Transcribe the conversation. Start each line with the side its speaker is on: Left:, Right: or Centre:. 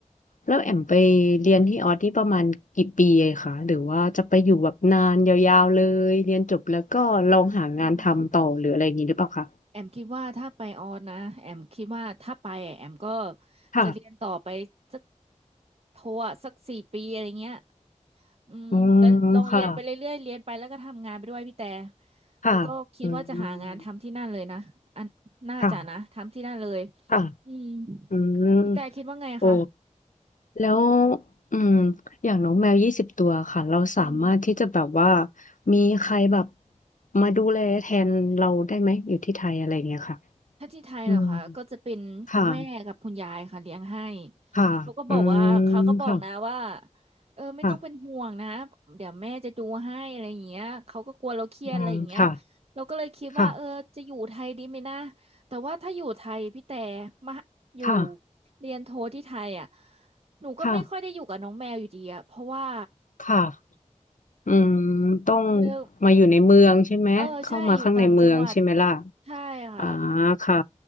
Left: แล้วแอมไปเรียนที่ออสนี่ประมาณกี่ปีอคะหรือว่าจะไปอยู่แบบนานยาวๆเลยเรียนจบแล้วก็ลองหางานทำต่อหรืออะไรอย่างนี้หรือเปล่าคะ
Right: อืมแอมคิดว่าถ้าไปออสนะแอมคิดว่าถ้าไปอะแอมก็
Left: ค่ะ
Right: จะเรียนต่อไปสักโทอะสักสี่ปีอะไรเงี้ย อืมแต่ลองเรียนไปเรื่อยๆเรียนไปแล้วก็ทำงานไปด้วยพี่แต่
Left: อืมค่ะค่ะอืม
Right: แล้วก็คิดว่าจะหางานทำที่นั่นเลยนะอันน่าจะนะทำที่นั่นเลย
Left: ค่ะค่ะ
Right: อืม
Left: อืม
Right: พี่แต่คิดว่าไงคะ
Left: โอ้ แล้วอืมอย่างน้องแมวยี่สิบตัวค่ะเราสามารถที่จะแบบว่า
Right: อืม
Left: มีใครแบบมาดูแลแทนเราได้ไหมอยู่ที่ไทยอะไรอย่างเงี้ยค่ะ
Right: ถ้าที่ไทยเหรอคะก็จะเป็นคุณแม่กับคุณยายค่ะเลี้ยงให้
Left: อืมค่ะค่ะอืม
Right: เขาก็บอกว่าเขาก็บอกนะว่า
Left: ค่ะ
Right: เออไม่ต้องเป็นห่วงนะ
Left: ค่ะ
Right: เดี๋ยวแม่จะดูให้อะไรอย่างเงี้ยเขาก็กลัวเราเครียดอะไรอย่างเงี้ย
Left: อืมค่ะ
Right: เราก็เลยคิดว่าเออจะอยู่ไทยดีไหมนะ
Left: ค่ะ
Right: แต่ว่าถ้าอยู่ไทยพี่แต่มาอยู่
Left: ค่ะ
Right: เรียนโทที่ไทยอ่ะหนูก็ไม่ค่อยได้อยู่กับน้องแมวอยู่ดีอ่ะเพราะว่า
Left: ค่ะค่ะอืมต้อง
Right: เขาเรียก
Left: มาอยู่ในเมืองใช่ไหมเข้ามาข้างในเมืองใช่ไหมล่ะ
Right: เออใช่อยู่ต่างจังหวัดใช่ค่ะ
Left: อ่าค่ะ